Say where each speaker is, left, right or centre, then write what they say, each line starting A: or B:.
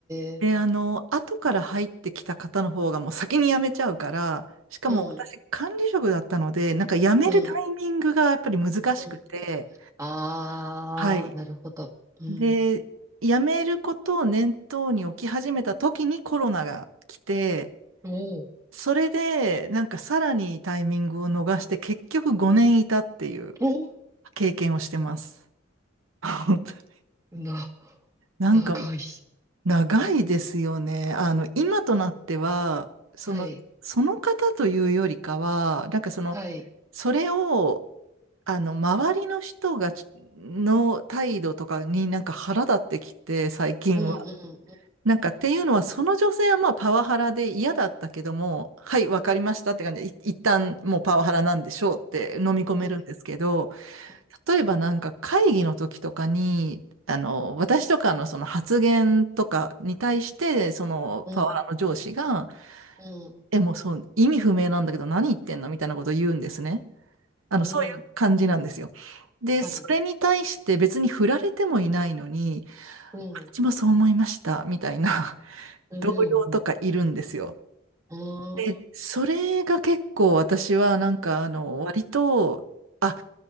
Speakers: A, on the right; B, on the right.
A: え。
B: で、あの、後から入ってきた方の方がもう先に辞めちゃうから、しかも私管理職だったので、
A: うん、
B: なんか辞めるタイミングがやっぱり難しくて、
A: うん、うん。あー、
B: はい。
A: なるほど。うん。
B: で、辞めることを念頭に置き始めた時にコロナが来て、
A: おー、
B: それでなんかさらにタイミングを逃して結局5年いたっていう
A: おー、
B: 経験をしてます。<laughs>
A: な、
B: なんか
A: 長い。
B: 長いですよね。あの、今となっては、その、
A: はい、
B: その方というよりかは、なんかその、
A: はい。
B: それを、あの、周りの人がち、の態度とかになんか腹立ってきて、最近は。
A: うん、うん、う
B: なんかっていうのは、その女性はまあパワハラで嫌だったけども、はい、わかりましたって感じで、い一旦もうパワハラなんでしょうって飲み込めるんですけど、
A: ん、うん、
B: 例えばなんか会議の時とかに、あの、私とかのその発言とかに対して、そのパワハラの上司が、
A: うん。うん。
B: え、もうそう、意味不明なんだけど何言ってんのみたいなことを言うんですね。あの、
A: うん。
B: そういう感じなんですよ。で、
A: はい。
B: それに対して別に振られてもいないのに、
A: うん。
B: 私もそう思いました、みたいな <laughs>
A: うん。
B: 同僚とかいるんですよ。
A: う
B: で、
A: ん。
B: それが結構私はなんかあの割と、あ、